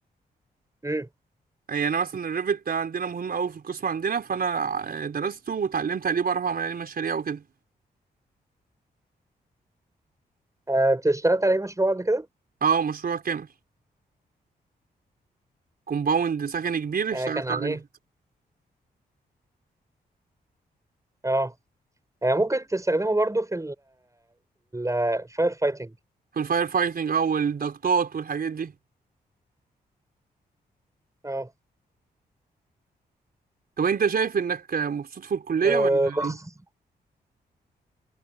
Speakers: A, on the right (about 20°); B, on the right (about 60°).
A: مثلا
B: يعني انا مثلا الريفت ده عندنا مهم قوي في القسم عندنا فانا آه، درسته واتعلمت عليه بعرف اعمل عليه مشاريع وكده
A: آه، اشتغلت عليه مشروع قبل كده
B: اه مشروع كامل كومباوند سكني كبير اشتغلت
A: آه، كان عن
B: عليه
A: ايه اه آه، ممكن تستخدمه برضو في الفاير فايتنج
B: في الفاير فايتنج او الضغطات والحاجات دي
A: اه
B: طب انت شايف انك مبسوط في الكليه
A: آه،
B: ولا
A: بس
B: ايه يعني